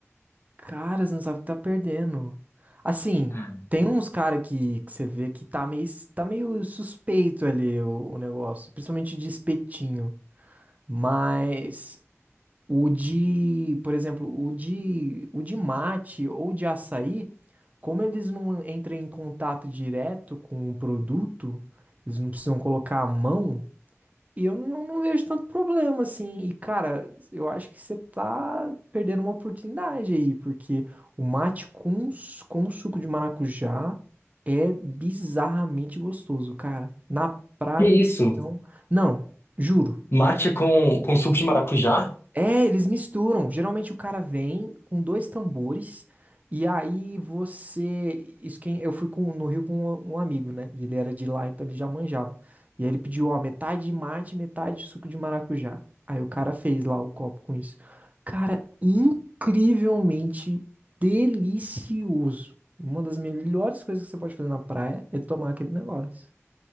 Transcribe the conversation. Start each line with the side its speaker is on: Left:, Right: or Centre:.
Right: Cara, você não sabe o que tá perdendo. Assim,
Left: Ah.
Right: tem uns cara que, que você vê que tá meio, tá meio suspeito ali o, o negócio, principalmente de espetinho. Mas o de, por exemplo, o de, o de mate ou de açaí, como eles não entram em contato direto com o produto, eles não precisam colocar a mão. E eu não, não vejo tanto problema, assim. E, cara, eu acho que você tá perdendo uma oportunidade aí, porque o mate com, s- com suco de maracujá é bizarramente gostoso, cara. Na praia,
Left: Que isso?
Right: então. Não, juro.
Left: Mate com, com suco de maracujá?
Right: É, eles misturam. Geralmente o cara vem com dois tambores e aí você, isso quem eu fui com- no Rio com um, um amigo, né? E ele era de lá, então ele já manjava. E aí ele pediu, ó, metade de mate, metade de suco de maracujá. Aí o cara fez lá o copo com isso. Cara, incrivelmente delicioso. Uma das melhores coisas que você pode fazer na praia é tomar aquele negócio.